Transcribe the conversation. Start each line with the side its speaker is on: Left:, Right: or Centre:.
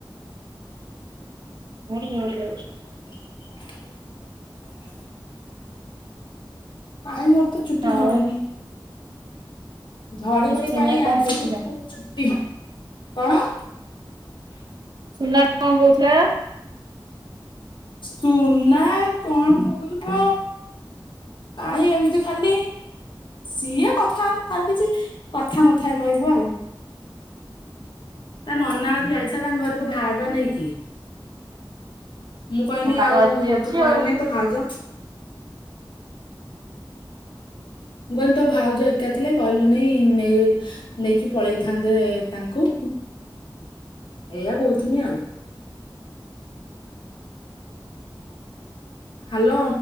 Right: ମୋରି ଝଡି ଯାଉଛି।
Left: ହୁଁ କାଇଁ ମୋର ତ ଚୁଟି
Right: ଆଉ
Left: ଝଡିନି। ଝଡି ନେଇ
Right: ସୁନା
Left: କାହିଁ
Right: କଣ
Left: ଆଜି
Right: କହୁଥିଲା?
Left: <inaudible> ଚୁଟି କଣ?
Right: ସୁନା କଣ କହୁଥିଲା?
Left: ସୁନା କଣ କହୁଛୁ କହ? କାହିଁ ଏମିତି ଖାଲି ସିଏ କଥା ହେଲେ ତାର କିଛି କଥା ନଥା କହିବୁ ଆଉ। ତା ନନା ଆଜି ଯାଇଥିଲା ତାଙ୍କ ଘରକୁ ଭାର ନେଇକି। ମୁଁ କହିଲି
Right: ପାଗ
Left: ଆଉ
Right: ଆଜି ଅଛି
Left: ତୁ କହିଲୁ
Right: ଆଉ।
Left: ନାଇଁ ତୋ ଭାଉଜ। ମୁଁ କହିଲି ତୋ ଭାଉଜ ଏକା ଥିଲେ କହିଲୁ ନାଇଁ ନେ ନେଇକି ପଳେଇଥାନ୍ତେ ତାଙ୍କୁ। ଏଇଆ କହୁଥିଲି ଆଉ। ହ୍ୟାଲୋ।